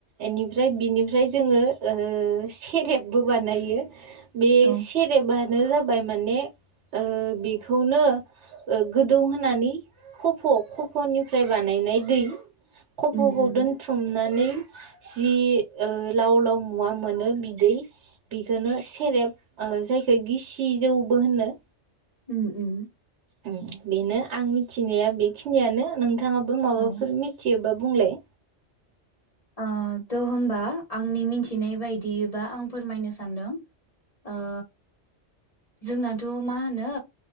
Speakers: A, on the right; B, on the left.
A: इनिफ्राय ओमफ्राय बिनिफ्राय जोंङो सेरेब बो बानायो। बे
B: औ
A: सेरेबा नो जाबाय माने ओ बेखौनो ओ गोदौ होनानै खफ' खफ'निफ्राय बानायनाय दै खफ'खौ
B: उम उम
A: दोनथुमनानै जि ओ लाव लाव मुवा मोनो बिदै बिखोनो सेरेब जायखौ गिसि जौबो होनो
B: अम अम
A: अम बेनो आं मिथिनाया बेखिनियानो नों बिथांङाबो माबाफोर
B: औ
A: मिथियोबा बुंलाय
B: ओ थ' होमबा आंनि मिथिनाय बायदिबा आं फोरमायनो सान्दों ओ जोंनाथ' मा होनो